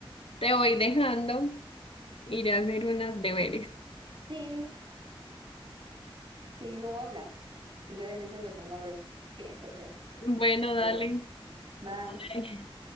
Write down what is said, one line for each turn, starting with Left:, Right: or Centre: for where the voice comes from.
Left: te voy dejando, iré a hacer unos deberes.
Right: Sí, sí, luego hablamos. Yo de mientras me pongo a ver, pienso otra vez.
Left: Bueno, dale.
Right: Bueno, bye.
Left: <laughs>